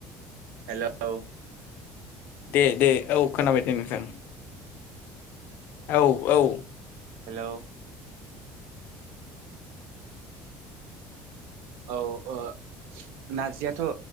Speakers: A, on the right; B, on the left.
A: हेलौ।
B: दे दे औ खोनाबाय दे नों <unintelligible> औ औ
A: हेलौ औ ओ नारजियाथ' ओ